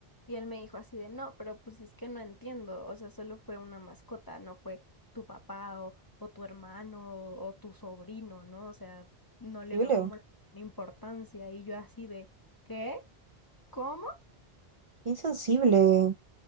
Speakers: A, on the left (about 25°); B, on the right (about 45°).
A: Y él me dijo así de, no, pero pues es que no entiendo, o sea, solo fue una mascota, no fue tu papá o, o tu hermano o, o tu sobrino, ¿no? O sea, no le
B: ¿Sensible?
A: veo como la importancia y yo así de, ¿qué? ¿Cómo?
B: Qué insensible.